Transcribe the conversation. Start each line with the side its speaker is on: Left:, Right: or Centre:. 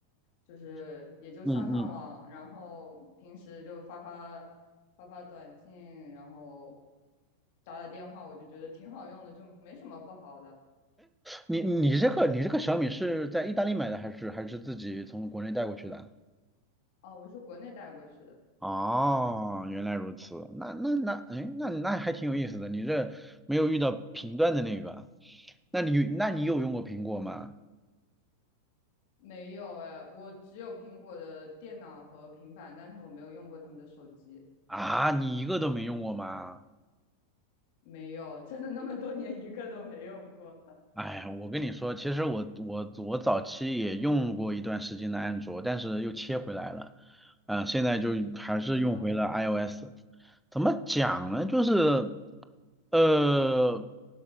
Left: 就是也就上上网，
Centre: 嗯嗯，
Left: 然后平时就发发发发短信，然后打打电话，我就觉得挺好用的，就没什么不好的。
Centre: 你你这个你这个小米是在意大利买的还是还是自己从国内带过去的啊
Left: 哦，我是国内带过去的，
Centre: 哦，原来如此，那那那，哎，那那还挺有意思的。你这没有遇到频段的那个，那你那你有用过苹果吗？
Left: 没有哎，我只有苹果的电脑和平板，但是我没有用过他们的手机，
Centre: 啊，你一个都没用过吗？
Left: 没有，真的那么多年一个都没用过，
Centre: 哎，我跟你说，其实我我我早期也用过一段时间的安卓，但是又切回来了，嗯、现在就还是用回了
Left: <laughs> 为啥？
Centre: iOS。怎么讲呢？就是，呃，